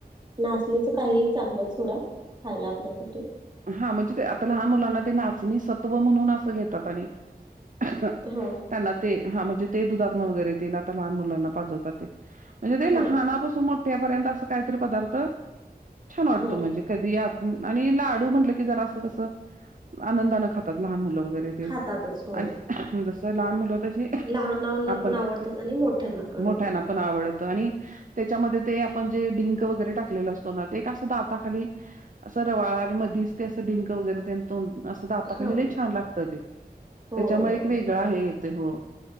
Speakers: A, on the right (about 25°); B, on the right (about 55°).
A: नाचणीच काही चांगलंच सोडा, खायला आपल्यासाठी.
B: हां म्हणजे ते, आता लहान मुलांना, ते नाचणी सत्व म्हणून, असं घेतात आणि ह <unintelligible>
A: हा
B: त्यांना ते, हां म्हणजे, ते दुधात्न वगैरे, ते आता लहान मुलांना पाजवतात, ते. म्हणजे ते
A: हा
B: लहानापासून मोठ्यापर्यंत, असं काहीतरी पदार्थ, छान वाटतो,
A: हा
B: म्हणजे कधीत यात आणि लाडू, म्हटलं की जरा असं कस, आनंदानं खातात, लहान मुलं वगैरे ते
A: खातातच हो
B: अणि जस लहान मुलं, तशी
A: लहानांना
B: आपण
A: पण आवडतात आणि मोठ्यांना पण
B: मोठ्याना
A: हो
B: पण आवळत आणि त्याच्यामध्ये ते आपण जे डिंक वगैरे टाकलेलं असतो ना ते कस दाता खाली असं रवाळा आणि मधी ते असं डिंक वैगरे तेन दाताखाली
A: हा
B: लय छान लागत ते
A: हो
B: त्याच्यामुळे
A: हो हो
B: एक वे खेळा आहे येथे हो